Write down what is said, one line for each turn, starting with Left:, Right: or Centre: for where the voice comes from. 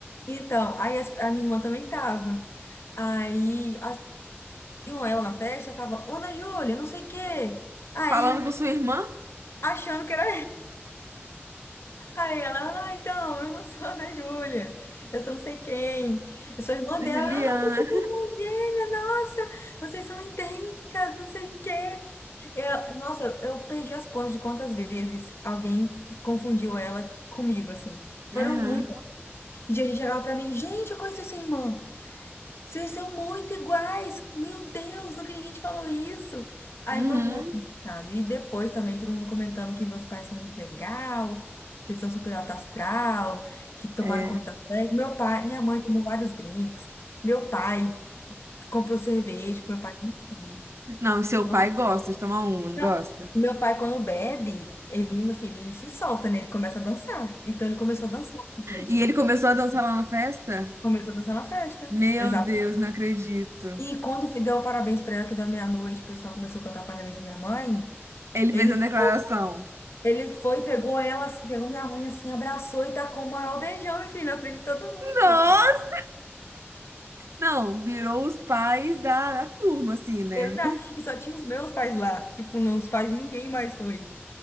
Left: então, aí as- a, minha irmã também tava. Aí, as, tinham ela na festa, ficava, Ana Júlia, não sei o quê. Aí,
Right: Falando com sua irmã,
Left: achando que era Aí ela, ah, então, eu não sou a Ana Júlia, eu sou não sei quem, eu sou irmã
Right: Juliana.
Left: dela, ah, você tem irmã gêmea, nossa, vocês são idênticas, não sei o quê. Eu, nossa, eu perdi as contas de quantas vezes alguém confundiu ela comigo, assim. Foram
Right: Aham.
Left: muitas. E a gente chegava pra mim, gente, eu conheço sua irmã. Vocês são muito iguais! Meu Deus, nunca ninguém te falou isso! Aí
Right: Uhum.
Left: foi muito engraçado. E depois também todo mundo comentando que meus pais são muito legal, que eles são super alto astral, que tomaram
Right: É.
Left: conta da festa. Meu pai, minha mãe tomou vários drinks. Meu pai comprou cerveja, porque meu pai. nunca viu.
Right: Não, seu
Left: Nossa,
Right: pai gosta de tomar uma, não
Left: não.
Right: gosta?
Left: O meu pai, quando bebe, ele, meu filho, ele se solta, né? Ele começa a dançar. Então ele começou a dançar na festa.
Right: E ele começou a dançar lá na festa?
Left: Começou a dançar na festa.
Right: Meu
Left: Exato.
Right: Deus, não acredito.
Left: E quando fi- deu parabéns pra ela, que deu meia-noite, o pessoal começou a cantar parabéns pra minha mãe.
Right: Ele
Left: Ele
Right: fez uma
Left: foi,
Right: declaração.
Left: ele foi, pegou ela, assim, pegou minha mãe assim, abraçou e tacou o maior beijão, meu filho, na frente de todo mundo.
Right: Nossa! Não, virou os pais da, da turma, assim, né?
Left: Eu, na- E só tinha os meus pais lá. Tipo, não, os pais de ninguém mais foi.